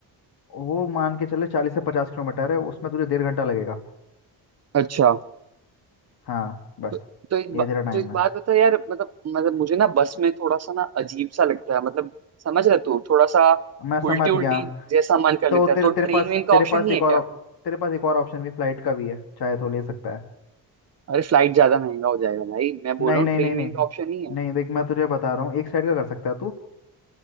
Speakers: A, on the left; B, on the right.
A: वो मान के चले चालीस से पचास किलोमीटर है उसमें तुझे डेढ़ घंटा लगेगा
B: अच्छा
A: हाँ बस
B: तो तो एक
A: ये
B: बा,
A: तेरा टाइम
B: तो एक
A: है
B: बात बता यार मतलब मतलब मुझे ना बस में थोड़ा सा ना अजीब सा लगता है मतलब समझ रहे तू थोड़ा सा
A: मैं समझ
B: उल्टी उल्टी
A: गया
B: जैसा मन कर
A: तो
B: लेता है
A: तेरे
B: तो
A: तेरे
B: ट्रेन
A: पास
B: वेन का
A: तेरे
B: ऑप्शन
A: पास
B: नहीं
A: एक
B: है क्या
A: और ऑप- तेरे पास एक और ऑप्शन भी फ्लाइट का भी है चाहे तो ले सकता है
B: अरे फ्लाइट ज्यादा महंगा हो जाएगा भाई मैं बोल
A: नहीं
B: रहा हूँ
A: नहीं
B: ट्रेन
A: नहीं नहीं
B: वेन का ऑप्शन नहीं है
A: नहीं देख मैं तुझे बता रहा हूँ एक साइड का कर सकता है तू